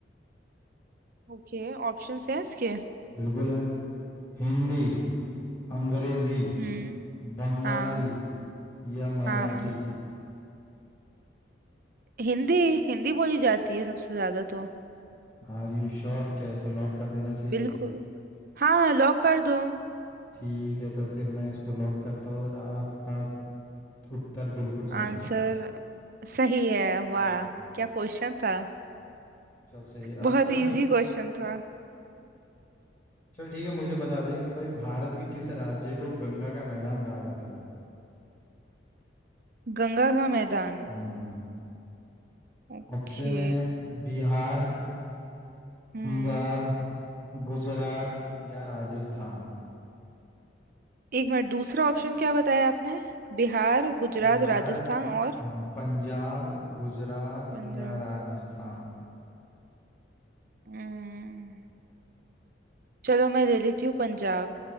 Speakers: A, on the right; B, on the left.
A: ओके ऑप्शंस हैं इसके
B: बिल्कुल है हिंदी अंग्रेजी
A: हम्म
B: बंगाली
A: हाँ
B: या मराठी
A: हाँ हिंदी हिंदी बोली जाती है सबसे ज्यादा तो
B: आर यू श्योर क्या इसे लॉक कर देना चाहिए
A: बिल्कुल हाँ लॉक कर दो
B: ठीक है तो फिर मैं इसको लॉक करता हूँ और आपका उत्तर बिल्कुल सही
A: आंसर
B: है
A: सही है वाह
B: हम्म,
A: क्या क्वेश्चन था
B: चल सही है
A: बहुत
B: अब चल
A: इजी क्वेश्चन था
B: चल ठीक है मुझे बता दे कि भाई भारत के किस राज्य को गंगा का मैदान कहा जाता है
A: गंगा का मैदान
B: हम्म
A: ओके
B: ऑप्शन है बिहार
A: हम्म
B: पंजाब गुजरात या राजस्थान
A: एक मिनट दूसरा ऑप्शन क्या बताया आपने बिहार गुजरात
B: बिहार
A: राजस्थान
B: हम्म,
A: और
B: पंजाब गुजरात
A: पंजाब
B: या राजस्थान
A: हम्म, चलो मैं ले लेती हूँ पंजाब